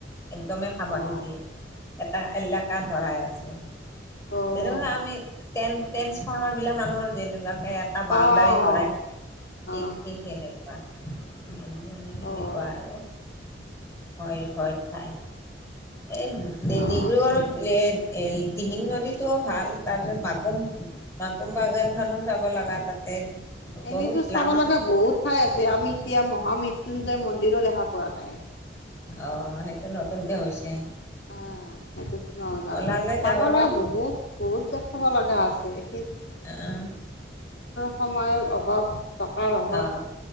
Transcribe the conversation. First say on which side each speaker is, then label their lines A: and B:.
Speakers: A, on the left (about 15°); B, on the left (about 65°).
A: একদমেই খাব
B: অ',
A: নিদিয়ে এটা এলেকা ধৰাই আছে
B: অ',
A: যেনেকুৱা আমি ট্ৰে ট্ৰেন্ঞ্চফাৰৰ্মাৰবিলাক আানৰ যেনেকুৱাকৈ টা বাউণ্ডাৰী
B: অ',
A: ধৰাই
B: অ',
A: থাকে ঠিক
B: অ',
A: ঠিক কেনেকুৱা এনে এনে এনেকুৱা
B: অ', অ',
A: আৰু, ভয়ৰ ভয় ঠাই, এই
B: অ',
A: ডিব্ৰুগড়ত এ এ দিহিং নদীতটোও ভাল তাৰ পিছত মাকুম মাকুম বাগানখন নো চাব লগা তাতে
B: এনেইতো
A: বহুত
B: চাব
A: লামা
B: লগা বহুত ঠাই আছে, আমি এতিয়া মহামৃত্যুঞ্জয় মন্দিৰো দেখা পোৱা যায়।
A: অ', সেইটো নতুনকে হৈছে।
B: অ', সেইটোতো নযাওঁ,
A: ওলালে
B: চাব
A: যাবা
B: লগা
A: পাৰি
B: বহুত বহুত যে খাব লগা আছে। কিন্তু
A: আহ
B: সময়ৰ অভাৱ টকাৰ অভাৱ
A: আহ,